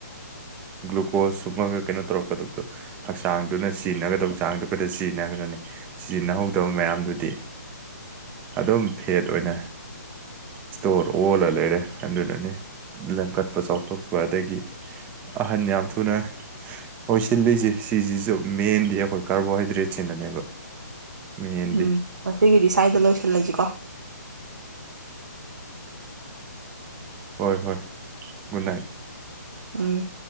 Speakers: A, on the right; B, on the right.
A: ꯒ꯭ꯂꯨꯀꯣꯁ ꯁꯨꯝꯃꯒ ꯀꯩꯅꯣ ꯇꯧꯔꯛꯀꯗꯕꯗꯣ ꯍꯛꯆꯥꯡꯗꯨꯅ ꯁꯤꯖꯤꯟꯅꯒꯗꯕ ꯍꯛꯆꯥꯡꯗ ꯈꯛꯇ ꯁꯤꯖꯤꯟꯅꯈ꯭ꯔꯅꯤ ꯁꯤꯖꯤꯟꯅꯍꯧꯗꯕ ꯃꯌꯥꯝꯗꯨꯗꯤ ꯑꯗꯨꯝ ꯐꯦꯠ ꯑꯣꯏꯅ ꯁꯇꯣꯔ ꯑꯣꯜꯂ ꯂꯩꯔꯦ ꯑꯗꯨꯅꯅꯤ <unintelligible> ꯆꯥꯎꯊꯣꯛꯄ ꯑꯗꯒꯤ ꯑꯍꯟ ꯌꯥꯝ ꯊꯨꯅ ꯑꯣꯏꯁꯤꯜꯂꯤꯁꯦ ꯁꯤꯁꯤꯁꯨ ꯃꯦꯟꯗꯤ ꯑꯩꯈꯣꯏ ꯀꯥꯔꯕꯣꯍꯥꯏꯗ꯭ꯔꯦꯠꯁꯤꯅꯅꯦꯕ ꯃꯦꯟꯗꯤ
B: ꯎꯝ ꯉꯁꯤꯒꯤꯗꯤ ꯁ꯭ꯋꯥꯏꯗ ꯂꯣꯏꯁꯤꯜꯂꯁꯤꯀꯣ
A: ꯍꯣꯏ ꯍꯣꯏ ꯒꯨꯗ ꯅꯥꯏꯠ
B: ꯎꯝ